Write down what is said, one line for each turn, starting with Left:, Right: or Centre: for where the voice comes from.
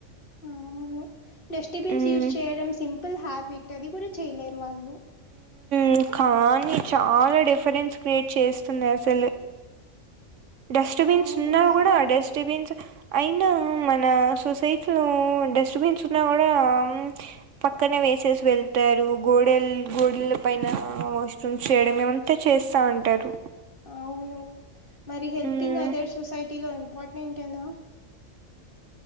Left: అవును డస్ట్బిన్స్
Right: ఉమ్
Left: యూస్ చేయడం సింపుల్ హ్యాబిట్ అది కూడా చేయలేరు వాళ్ళు
Right: ఉ కానీ చాలా డిఫరెన్స్ క్రియేట్ చేస్తుంది అసలు డస్ట్బిన్
Left: అవును
Right: ఉన్నా
Left: మ-
Right: కూడా డస్ట్బిన్స్ అయినా మన సొసైటీ లో డస్ట్బిన్స్ ఉన్నా కూడా ప పక్కనే వేసేసి వెళ్తారు గోడెలు గోడెల పైన వష్రూమ్ చేయడం ఏమంతా చేస్తా అంటారు
Left: అవును మరి హెల్పింగ్
Right: ఉమ్
Left: అదర్ సొసైటీలో ఇంపార్టెంటేనా